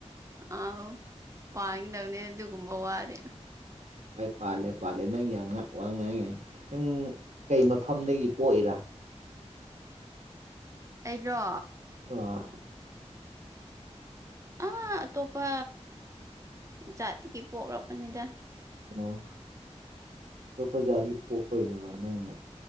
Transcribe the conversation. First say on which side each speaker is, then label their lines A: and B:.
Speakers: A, on the right; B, on the right.
A: ꯑ ꯄꯥꯡꯒꯗꯕꯅꯦ ꯑꯗꯨꯒꯨꯝꯕ ꯋꯥꯔꯦ
B: ꯑꯩ ꯄꯥꯜꯂꯦ ꯄꯥꯜꯂꯦ ꯅꯪ ꯌꯥꯝ ꯋꯥ ꯉꯥꯏꯉꯥꯏ ꯅꯪ ꯀꯩ ꯃꯐꯝꯗꯒꯤ ꯄꯣꯛꯏꯔꯥ
A: <inaudible> ꯑꯩꯔꯣ
B: ꯑ
A: ꯑꯥ ꯑꯇꯣꯞꯄ ꯖꯥꯠꯇꯒꯤ ꯄꯣꯛꯂꯛꯄꯅꯤꯗ
B: ꯑꯣ ꯑꯇꯣꯞꯄ ꯖꯥꯠꯒꯤ ꯄꯣꯛꯄꯒꯤꯅꯦꯕ ꯅꯪꯅ